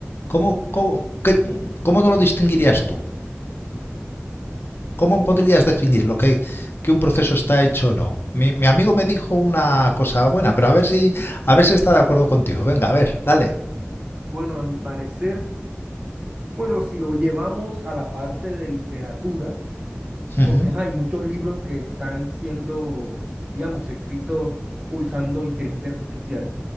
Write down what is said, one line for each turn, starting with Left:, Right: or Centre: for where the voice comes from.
Left: ¿Cómo, cómo, qué- cómo no lo distinguirías tú? ¿Cómo podrías definir lo que, que un proceso está hecho o no? Mi, mi amigo me dijo una cosa buena, pero a ver si, a ver si está de acuerdo contigo. Venga, a ver, dale.
Right: Bueno, a mi parecer, bueno, si lo llevamos a la parte de literatura,
Left: Ujú,
Right: porque ajá, hay muchos libros que están siendo, digamos, escritos usando inteligencia artificial.